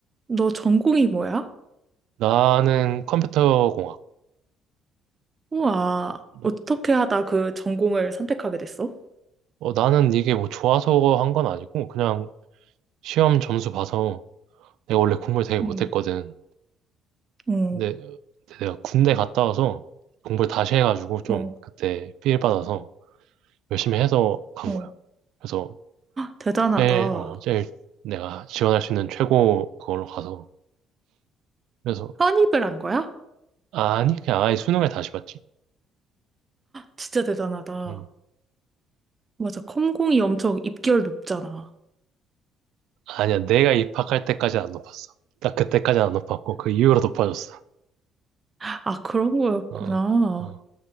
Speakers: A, on the right; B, on the right.
A: 너 전공이 뭐야?
B: 나는 컴퓨터공학.
A: 우와,
B: 너-
A: 어떻게 하다 그 전공을 선택하게 됐어?
B: 어, 나는 이게 뭐 좋아서 한 건 아니고, 그냥 시험 점수 봐서 내가 원래 공부를 되게 못했거든.
A: 응 응,
B: 근데 내가 군대 갔다 와서 공부를 다시 해가지고 좀
A: 어,
B: 그때 필 받아서 열심히 해서 간
A: 어.
B: 거야. 그래서
A: 대단하다.
B: 제일, 어, 제일 내가 지원할 수 있는 최고 그걸로 가서. 그래서,
A: 편입을 한 거야?
B: 아니, 그냥 아예 수능을 다시 봤지.
A: 진짜 대단하다.
B: 음,
A: 맞아, 컴공이 엄청 입결 높잖아.
B: 아니야, 내가 입학할 때까지는 안 높았어. 딱 그때까지는 안 높았고, 그 이후로 높아졌어.
A: 아, 그런 거였구나.
B: 어, 어,